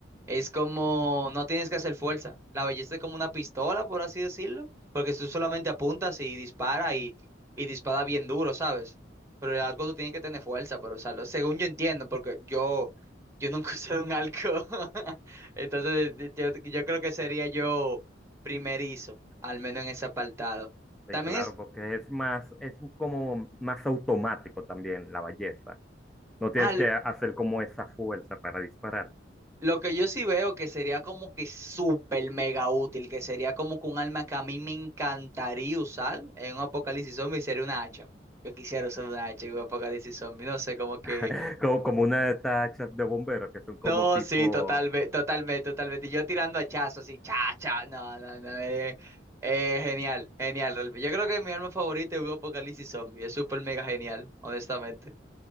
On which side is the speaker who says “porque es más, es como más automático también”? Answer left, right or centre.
Centre